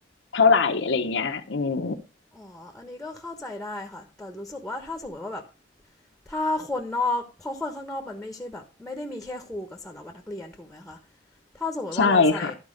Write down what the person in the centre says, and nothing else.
อืมอ๋อ อันนี้ก็เข้าใจได้ค่ะ แต่รู้สึกว่าถ้าสมมติว่าแบบถ้าคนนอกเพราะคนข้างนอกมันไม่ใช่แบบไม่ได้มีแค่ครูกับสารวัตรนักเรียนถูกไหมคะ ถ้าสมมติว่าเราใส่